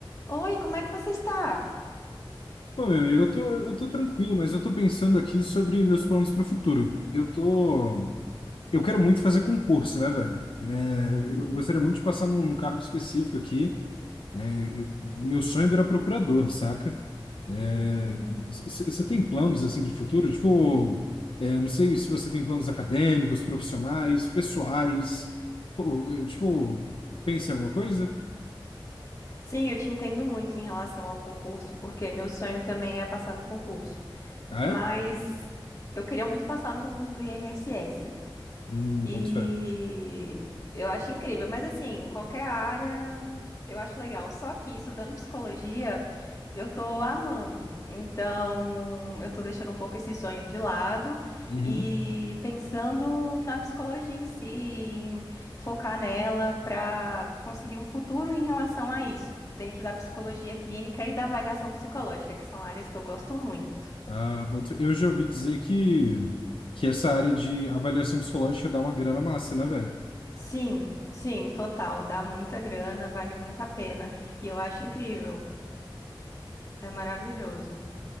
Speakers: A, on the left; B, on the left.
A: Oi, como é que você está?
B: Pô, meu amigo, eu tô, eu tô tranquilo, mas eu tô pensando aqui sobre meus planos para o futuro. Eu tô, eu quero muito fazer concurso, né, velho? É,
A: Uhum,
B: eu gostaria muito de passar num, num cargo específico aqui. É, eu- meu sonho é virar procurador, saca? É,
A: uhum.
B: Você tem planos assim para o futuro? Tipo, é, não sei se você tem planos acadêmicos, profissionais, pessoais. Pô, é, Tipo, pensa em alguma coisa?
A: Sim, eu te entendo muito em relação ao concurso, porque meu sonho também é passar no concurso.
B: Ah,
A: Mas
B: é?
A: eu queria muito passar no concurso do INSS.
B: Hum,
A: E
B: boto fé.
A: eu acho incrível, mas assim, em qualquer área eu acho legal. Só que estudando psicologia, eu tô amando. Então, eu tô deixando um pouco esse sonho de lado
B: Uhum.
A: e pensando na psicologia em si, em focar nela para conseguir um futuro em relação a isso, dentro da psicologia clínica e da avaliação psicológica, que são áreas que eu gosto muito.
B: Ah, boto- eu já ouvi dizer que, que essa área de avaliação psicológica dá uma grana massa, né, velho?
A: Sim, sim, total. Dá muita grana, vale muito a pena. E eu acho incrível. É maravilhoso.